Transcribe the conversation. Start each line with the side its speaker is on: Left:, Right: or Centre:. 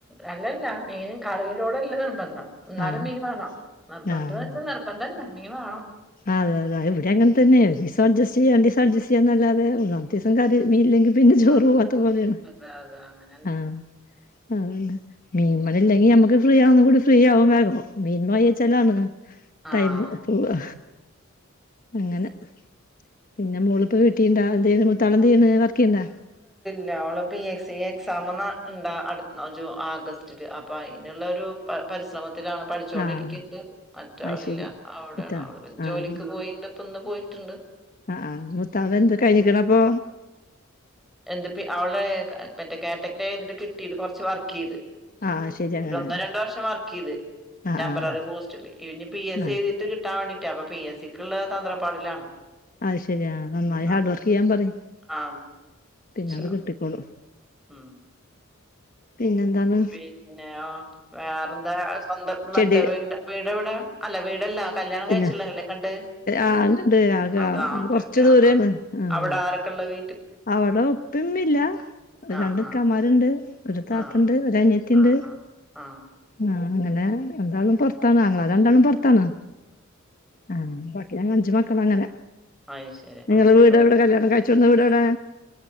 Centre: അല്ലല്ല മീനും കറിയിലോടെല്ല നിർബ എന്നാലും
Left: ആഹ്
Centre: മീന് വേണം നിർബന്ധംന്ന്
Left: ആഹ്
Centre: വെച്ചാൽ നിർബന്ധല്ല മീൻ വാണം.
Left: അതെ അതെ ഇവിടെ അങ്ങന തന്നെ ഒരീസം അഡ്ജെസ്റ്റ് ചെയ് രണ്ടീസം അഡ്ജ നല്ലാതെ മുന്നാമത്തിസം കറി മീനിലെങ്കി പിന്നെ ചോറ്
Centre: ആ
Left: പോവാത്ത പോലേണ്
Centre: അതാ അതാ അങ്ങനെന്നെ
Left: ആഹ അ മീൻ പണി ഇല്ലെങ്കി നമ്മുക്ക് ഫ്രീ ആവുന്ന കൂടി ഫ്രീ ആവു വേഗം മീൻ വാങ്ങി വെച്ചാൽ ആണ്.
Centre: ആഹ്
Left: ടൈം പോവാ അങ്ങനെ പിന്നെ മോളിപ്പ വീട്ടിണ്ടാ? <unintelligible> മൂത്താളെന്താ ചെയ്ണെ വർക്കെയുണ്ടാ?
Centre: ല്ല അവള് പി എസ് സി എക്സാമ് ഇണ്ടാ അടുത്ത ജൂ ആഗസ്റ്റില് അപ്പൊ അതിനുള്ള ഒരു പരിശ്രമ ലാണ് പഠിച്ചൊണ്ടിരിക്കിണ്ട്
Left: ആഹ്
Centre: മറ്റാളില്ല
Left: അത് ശരി
Centre: അവിടേണ്
Left: ഇത്താ
Centre: അവള് ജോലിക്ക്
Left: ആഹ്
Centre: പോയിണ്ട്. ഇപ്പന്ന് പോയിട്ടുണ്ട്.
Left: ആഹ് ആ മൂത്താള് എന്ത് കഴിഞ്ഞിക്കണ അപ്പൊ?
Centre: എൻ്റ്പ്പ അവള മറ്റേ കേട്ടെറ്റ് ഴ്തിട്ട് കിട്ടീട്ട് കൊറ്ച്ച് വർക്ക് ചെയ്ത്
Left: ആഹ് ശരി അങ്ങനെ
Centre: ഒരൊന്നോ രണ്ടോ വർഷം വർക്ക് എയ്ത്
Left: ആഹ്
Centre: ടെംമ്പററി
Left: ആഹ്
Centre: പോസ്റ്റില് ഇനി പി എസ് സിയ്
Left: ആഹ്
Centre: തീട്ട് കിട്ടാൻ വേണ്ടിയിട്ടാ അപ്പൊ പി എസ് സക്ക്ള്ള തന്ത്രപ്പാടിലാണ്
Left: അത് ശരിയാ നന്നായി
Centre: ആഹ്
Left: ഹാർഡ് വർക്ക് ചെയ്യാൻ പറയ്
Centre: ആഹ്
Left: പിന്നത്
Centre: ഷാ
Left: കിട്ടിക്കോളും
Centre: ഉം
Left: പിന്നെന്താണ്
Centre: പിന്നെയോ വേറെന്താ സ്വന്തം മറ്റേ
Left: ചെടി
Centre: വീ വീടെവിടെ അല്ല വീടല്ല കല്ല്യാണം
Left: പിന്നെ
Centre: കഴിച്ച്ള്ളല്ലേ കണ്ടെ
Left: ആഹ് ഉണ്ട് ആക
Centre: അതാ ഓക്കേ
Left: കൊറച്ച്
Centre: ഓക്കേ
Left: ദൂരാണ്
Centre: ആ ആ
Left: ആഹ്
Centre: അവിടെ ആരൊക്കെള്ളത്
Left: അവിടെ ഉപ്പിമ്മില്ല്യ അത്ണ്ടക്കാമാര്ണ്ട്
Centre: ആ ആ
Left: ഒരു താത്തണ്ട്
Centre: ആ
Left: ഒര് അനിയത്തിണ്ട്
Centre: ആ ആ ആ
Left: അ അങ്ങനെ രണ്ടാളും പൊർത്താണ് അങ്ങളാര് രണ്ടാളും പൊർത്താണ് ആ ബാക്കി അഞ്ച്മക്ക ളങ്ങനെ
Centre: അത് ശരി
Left: നിങ്ങളെ
Centre: ആ
Left: വീട്
Centre: അപ്പൊ
Left: എവിടെ കല്യാണം കഴ്ച്ച് വന്ന വീട് എവിടെ